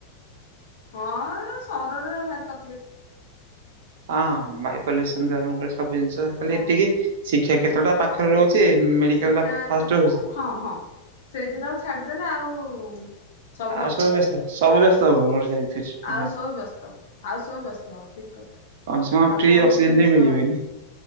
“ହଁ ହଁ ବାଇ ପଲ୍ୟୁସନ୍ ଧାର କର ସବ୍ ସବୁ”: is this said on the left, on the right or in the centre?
Right